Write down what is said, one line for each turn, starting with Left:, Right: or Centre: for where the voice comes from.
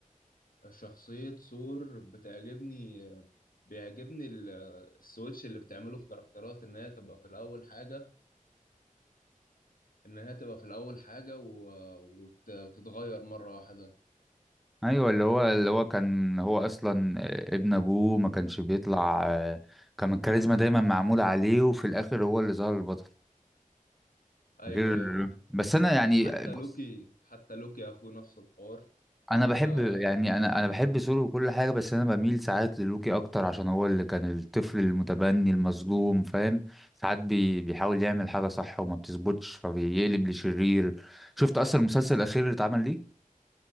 Left: شخصيه ثور بتعجبني بيعجبني ال- السويتش اللي بتعمله الكاركترات ان هي تبقى في الاول حاجه ان هي تبقى في الاول حاجه و- وت- وتتغير مره واحده
Centre: ايوه اللي هو اللي هو كان هو اصلا آه، ابن ابوه ما كانش بيطلع آه، كان الكاريزما دايما معمولة عليه وفي الاخر هو اللي ظهر البطل
Left: ايوه
Centre: غير
Left: ايوه
Centre: بس انا يعني
Left: حتى
Centre: آه، بص
Left: لوكي حتى لوكي يا اخوه نفس الحوار لما
Centre: انا بحب يعني انا انا بحب سولو وكل حاجة بس انا بميل ساعات للوكي اكتر عشان هو اللي كان الطفل المتبني المظلوم فاهم ساعات بي بيحاول يعمل حاجة صح وما بتظبطش فبيقلب لشرير شفت اصلا المسلسل الاخير اللي اتعمل ليه